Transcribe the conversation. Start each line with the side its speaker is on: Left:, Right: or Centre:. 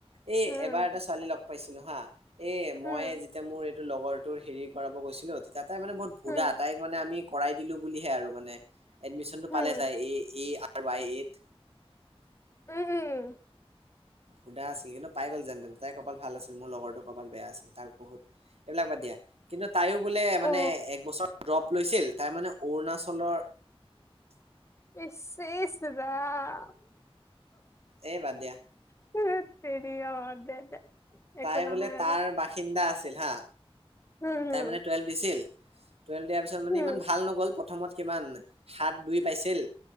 Right: এই
Left: উম
Right: এবাৰ এটা ছোৱালী লগ পাইছিলো হা। এ মই
Left: উম
Right: যেতিয়া মোৰ এইটো লগৰটোৰ হেৰি কৰাব গৈছিলো। <unintelligible> তেতিয়া তাই মানে বহত ভূদা,
Left: উম
Right: তাইক মানে আমি কৰাই দিলোঁ বুলিহে আৰু মানে এডমিচনটো
Left: উম
Right: পালে তাই এ ই আৰ ৱাই এত
Left: উম উম
Right: ভূদা আছিল, কিন্তু পাই গ'ল যেন-তেন। তাই কপাল ভাল আছিল, মোৰ লগৰটো কপাল বেয়া আছিল। তাক বহুত এইবিলাক বাদ দিয়া কিন্তু, তাইও বোলে
Left: অ
Right: মানে এক বছৰ ড্ৰপ লৈছিল। তাই মানে অৰুণাচলৰ
Left: ইছ চেইছ ৰাম।
Right: এই বাদ দিয়া।
Left: <unintelligible>
Right: তাই
Left: নহয়
Right: বোলে
Left: আৰু
Right: তাৰ বাসিন্দা আছিল হা।
Left: উম হম
Right: তাই মানে টুৱেলভ দিছিল। টুৱেলভ দিয়াৰ পিছত মানে
Left: হম
Right: ইমান ভাল নগ'ল প্ৰথমত কিমান? সাত দুই পাইছিল।